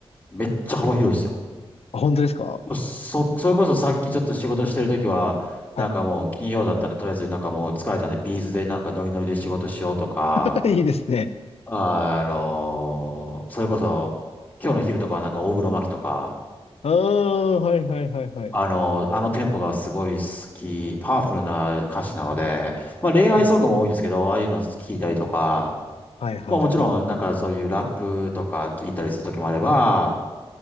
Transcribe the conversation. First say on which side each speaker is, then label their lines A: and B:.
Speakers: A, on the left (about 15°); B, on the left (about 75°).
A: めっちゃ幅広いですよ。
B: あ、本当ですか
A: もうそ、それこそさっきちょっと仕事してる時は、
B: はい。
A: なんかもう金曜だったんで、とりあえずなんかもう疲れたんで、ビーズでなんかノリノリで仕事しようとか、
B: <laughs> いいですね。
A: あの、それこそ、今日の昼とかはなんか大黒摩季とか、
B: ああ、はいはいはいはい。
A: あの、あのテンポがすごい好き、パワフルな歌詞なので、まあ恋愛ソングも多いんですけど、
B: そうです
A: ああいうの聞いたりとか、
B: はいはいはい。
A: まあもちろんなんかそういうラップとか聞いたりする時もあれば、